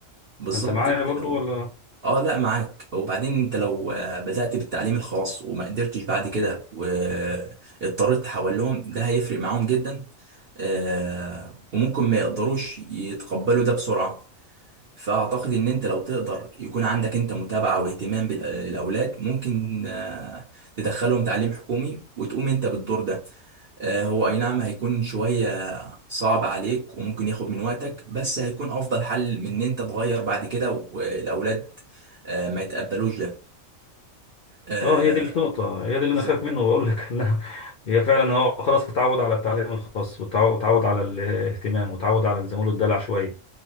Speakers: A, on the right (about 50°); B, on the left (about 50°).
A: بالظبط
B: انت معايا
A: انت
B: برضو
A: لو
B: ولا
A: اه لا معاك وبعدين انت لو آه، بدأت بالتعليم الخاص وما قدرتش بعد كده واضطريت تحول لهم ده هيفرق معاهم جدا آه، وممكن ما يقدروش يتقبلوا ده بسرعة فأعتقد إن أنت لو تقدر يكون عندك أنت متابعة واهتمام بالأولاد ممكن آه، تدخلهم تعليم حكومي وتقوم أنت بالدور ده آه، هو اي نعم هيكون شوية صعب عليك وممكن ياخد من وقتك بس هيكون افضل حل من ان انت تغير بعد كده والاولاد آه، ما يتقبلوش ده آه،
B: اه هي دي النقطة هي دي اللي
A: بالظبط
B: أنا خايف منه وأقول لك <laughs> إنها هي فعلا هو خلاص اتعود على التعليم الخاص واتعو- واتعود على الاهتمام واتعود على الزميل الدلع شوية